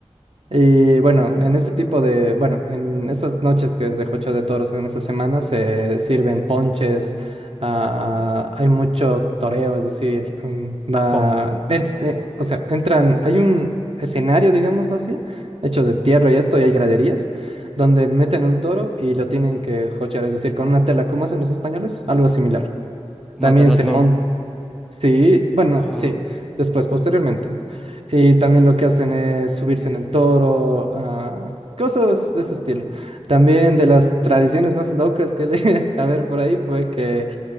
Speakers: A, on the right (about 55°); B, in the centre.
A: Y bueno, en este tipo de, bueno, en estas noches que es de Jocho de Toros, en esta semana se sirven ponches, ah, hay mucho toreo, es decir, mm, va,
B: ¿Cómo?
A: en- eh, o sea, entran, hay un escenario, digámoslo así, hecho de tierra y esto, y hay graderías, donde meten un toro y lo tienen que jochear, es decir, con una tela, como hacen los españoles, algo similar. También
B: Matar al
A: se
B: toro.
A: Mm. Sí, bueno,
B: Ah.
A: sí, después, posteriormente. Y también lo que hacen es subirse en el toro, ah, cosas de ese estilo. También de las tradiciones más locas que llegué <laughs> a ver por ahí fue que